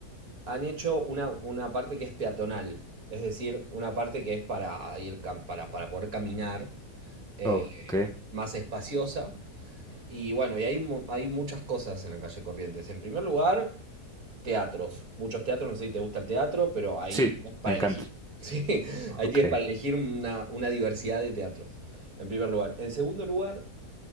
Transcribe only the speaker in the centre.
Oh, ok.
Sí,
me encanta.
Ok,